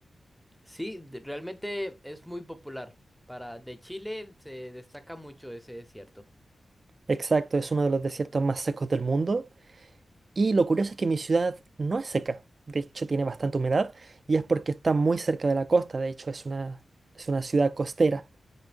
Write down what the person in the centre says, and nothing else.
Sí, de- realmente es muy popular. Para de Chile se destaca mucho ese desierto.